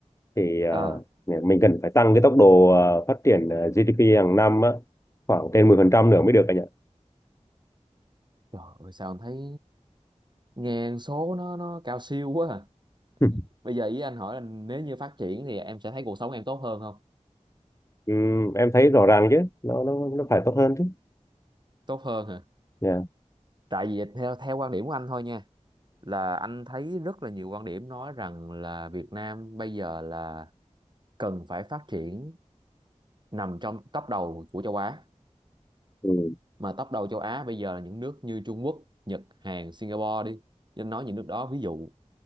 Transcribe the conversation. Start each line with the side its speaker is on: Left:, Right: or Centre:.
Left: thì ờ,
Right: à
Left: mình cần phải tăng cái tốc độ ờ, phát triển ờ, GDP hàng năm á, khoảng trên 10% nữa mới được anh ạ.
Right: trời ơi sao em thấy nghe số nó nó cao siêu quá à.
Left: <laughs>
Right: bây giờ ý anh hỏi là nếu như phát triển thì em sẽ thấy cuộc sống em tốt hơn không
Left: Ừm, em thấy rõ ràng chứ, nó nó nó phải tốt hơn chứ.
Right: tốt hơn hả
Left: Dạ.
Right: tại vì theo theo quan điểm của anh thôi nha là anh thấy rất là nhiều quan điểm nói rằng là Việt Nam bây giờ là cần phải phát triển nằm trong top đầu của châu Á
Left: Ừ.
Right: mà top đầu châu Á bây giờ là những nước như Trung Quốc Nhật Hàn Singapore đi nên nói những nước đó ví dụ